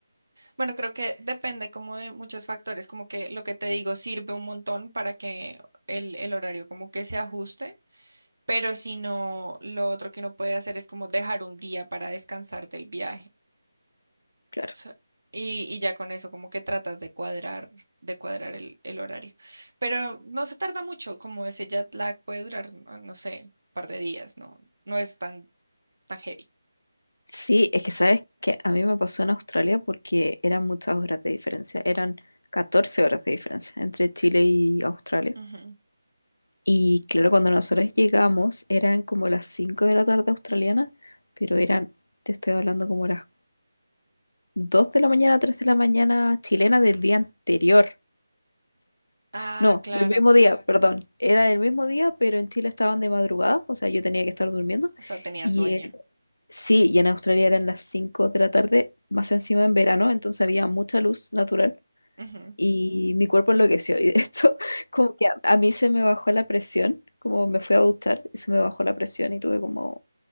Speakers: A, on the right; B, on the left.
A: bueno, creo que depende como de muchos factores, como que lo que te digo sirve un montón para que el, el horario como que se ajuste, pero si no, lo otro que uno puede hacer es como dejar un día para descansar del viaje
B: Claro.
A: sea, y, y ya con eso como que tratas de cuadrar, de cuadrar el, el horario. Pero no se tarda mucho, como ese jet lag puede durar, no, no sé, un par de días, no, no es tan, tan heavy.
B: Sí, es que sabes que a mí me pasó en Australia porque eran muchas horas de diferencia, eran 14 horas de diferencia entre Chile y Australia.
A: Ujú.
B: Y claro, cuando nosotros llegamos eran como las 5 de la tarde australiana, pero eran, te estoy hablando como las 2 de la mañana, 3 de la mañana chilena del día anterior.
A: Ah,
B: No,
A: claro.
B: del mismo día, perdón. Era el mismo día, pero en Chile estaban de madrugada, o sea, yo tenía que estar durmiendo.
A: O sea, tenía
B: Y
A: sueño.
B: eh, sí, y en Australia eran las 5 de la tarde, más encima en verano, entonces había mucha luz natural
A: Ujú.
B: y mi cuerpo enloqueció. Y de hecho, <laughs> como que a, a mí se me bajó la presión, como me fui a duchar y se me bajó la presión y tuve como